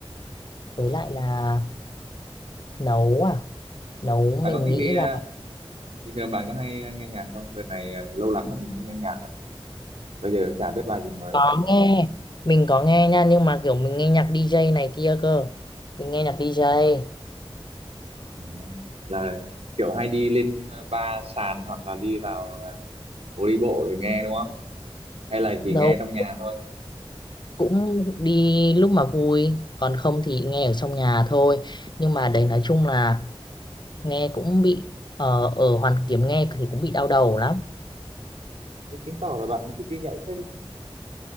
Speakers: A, on the left; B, on the right.
A: với lại là nấu à, nấu
B: bạn
A: mình
B: có thích
A: nghĩ
B: đi
A: là
B: ờ, bình thường bạn có hay nghe nhạc không đợt này ờ, lâu lắm là mình không nghe nhạc bây giờ cũng chả biết bài gì mới
A: có
B: cả
A: nghe, mình có nghe nha, nhưng mà kiểu mình nghe nhạc DJ này kia cơ. Mình nghe nhạc DJ,
B: Ờ, là kiểu hay đi lên ờ, ba sàn hoặc là đi vào ờ, phố đi bộ để nghe đúng không hay là chỉ
A: đâu
B: nghe trong nhà thôi
A: cũng đi lúc mà vui, còn không thì nghe ở trong nhà thôi. Nhưng mà đấy nói chung là nghe cũng bị, ờ, ở Hoàn Kiếm nghe thì cũng bị đau đầu lắm
B: Thế chứng tỏ là bạn thích đi nhậu phết đấy chứ